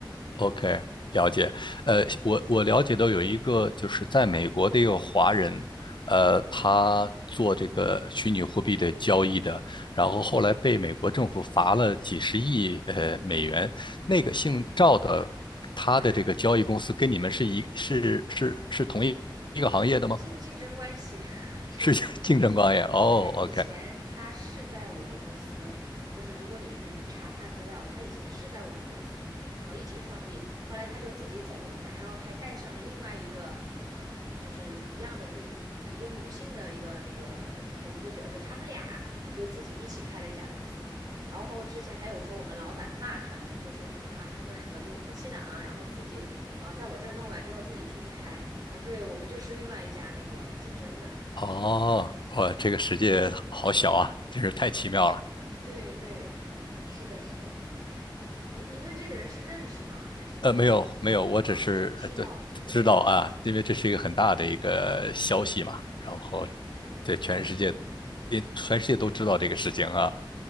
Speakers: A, on the left (about 65°); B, on the right (about 50°).
A: OK，了解。呃，我我了解到有一个就是在美国的一个华人，呃，他做这个虚拟货币的交易的，然后后来被美国政府罚了几十亿呃美元。那个姓赵的，他的这个交易公司跟你们是一是是是同一一个行业的吗？
B: 啊，easy，竞竞争关系 <laughs> 是我们竞争关系。
A: 是 <laughs> 竞争关系？哦，OK，
B: 就是以前他是在我们公司，就是如果你去查他资料，他以前是在我们公司，然后一起创立，后来他就自己走了，然后还带上了另外一个呃，就是一样的女一个女性的一个那个投资者，就他们俩又自己一起开了一家公司，然后之前还有说我们老板骂他们，就说什么啊，他们两个就夫妻档，然后自己呃在我这儿弄完之后自己出去开啊，对我们就是另外一家那个竞争的。
A: 哦，哇，这个世界好小啊，真是太奇妙了。
B: 对对，是的，是的。您您跟这个人是认识吗？还是说，
A: 呃，没有没有，我只是呃对知道啊，
B: 啊，就是知道这个人？
A: 因为这是一个很大的一个消息嘛，
B: 嗯
A: 然后
B: 啊，对对，
A: 在全世界，也全世界都知道这个事情啊，